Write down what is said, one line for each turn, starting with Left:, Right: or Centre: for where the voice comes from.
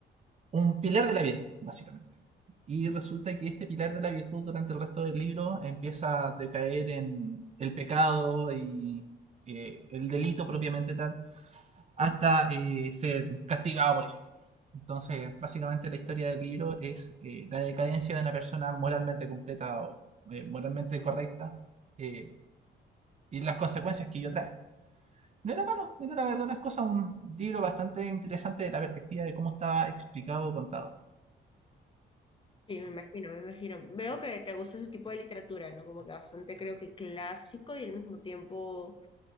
Right: un pilar de la virtud, básicamente. Y resulta que este pilar de la virtud durante el resto del libro empieza a decaer en el pecado y eh, el delito propiamente tal hasta eh, ser castigado por ella misma. Entonces, básicamente la historia del libro es eh, la decadencia de una persona moralmente completa o eh, moralmente correcta eh, y las consecuencias que ello trae. No era malo, era la verdad las cosas un libro bastante interesante de la perspectiva de cómo estaba explicado o contado.
Left: Sí, me imagino, me imagino. Veo que te gusta ese tipo de literatura, ¿no? Como que bastante creo que clásico y al mismo tiempo,